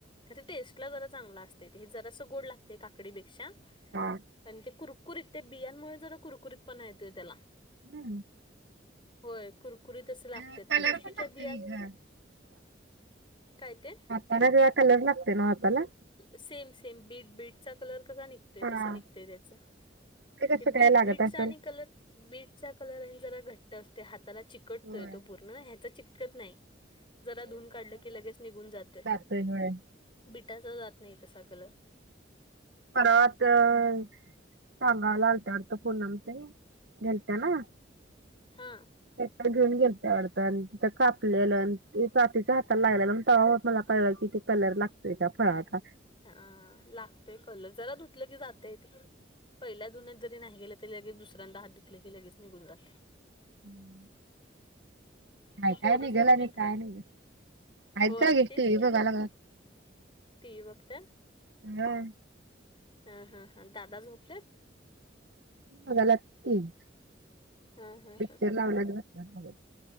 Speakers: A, on the left; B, on the right.
A: खर ते टेस्ट ला जरा चांगला असत हे जरास गोड लागते काकडीपेक्षा
B: हा
A: पण ते कुरकुरीत ते बियांमुळे जरा कुरकुरीत पना येतोय त्याला
B: हू
A: होय कुरकुरीत अस लागत्यात
B: अ कलर
A: तुळशीच्या
B: पण लागतोय
A: बिया
B: ग
A: काय ते
B: परत ह्यो कलर लागतय नवं हाताला
A: सेम सेम बीट बीटचा कलर कसा निघतोय
B: हा
A: तसं निघतंय त्याच
B: कसं
A: ते बीट
B: काय लागत
A: बीटचा
B: असेल?
A: आणि कलर बीटचा कलर आणि जरा घट्ट असते हाताला चिकटतोय
B: होय.
A: तो पूर्ण ह्याचा चिटकत नाही जरा धुन काढलं की लगेच निघून जातोय
B: होय होय
A: त्याचा जात नाही तसा कलर
B: परवाच सांगायला आलंत्यात त्या पूनम चे घरच्या ना
A: हा
B: त्याकडं घेऊन गेलत्या वाटत आणि तिथं कापलेलं आणि काकीच्या हाताला लागलेल मी तवा बघा कळल, किती कलर लागतोय त्या फळाचा?
A: हा -आ, लागतोय कलर, जरा धुतलं की जातय ते पहिल्या धुन्यात जरी नाही गेलं, तरी लगेच दुऱ्यांदा हात धुतला, की लगेच निघून जात
B: <inaudible> काय
A: म पोरं
B: काय निघल
A: झोपलीत
B: आणि काय
A: का?
B: निघल आहेत
A: व्हय
B: जागी
A: तेच
B: टीव्ही
A: की
B: बघाय लागल्यात.
A: टीव्ही बघता,
B: होय
A: हा, हा, हा, दादा झोपल्यात?
B: बघायलात टीव्ही,
A: हा हा हा.
B: पिक्चर लावायला बसलाय बघत.